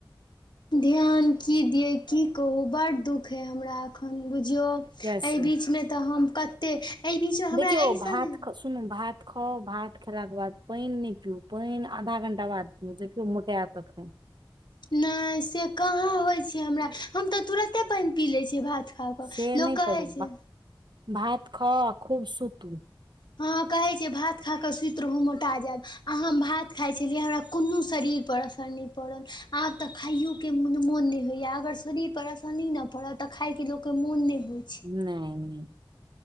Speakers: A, on the left; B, on the right.
A: ध्यान कि दियअ की कहू बड्ड दुःख हाइ हमरा एखन बुझियौ। एहि
B: किया से
A: बीचमे तऽ हम कतेक एहि बीचमे
B: देखियौ
A: हमरा अइसन
B: भात
A: नहि।
B: ख सुनू भात खाउ भात खेलाके बाद पाइन नहि पीउ पाइन आधा घंटा बाद देखियो मोटैत तखन
A: नहि से कहाँ होइ छै, हमरा हम तऽ तुरते पाइन पी लै छी भात। खा कऽ
B: से नहि
A: लोक कहै
B: करू
A: छै
B: भात खाउ खूब सुतू।
A: हँ, कहै छियै भात खा कऽ सुति रहू मोटा जायब। आ हम भात खाइत छलियै हमरा कोनो शरीरपर असर नहि पड़ल आब तऽ खाइयो। के मोन नहि होइया अगर शरीरपर आसानी नहि पड़त तऽ खायके लोककेँ मोन नहि होइ।
B: नहि, नहि।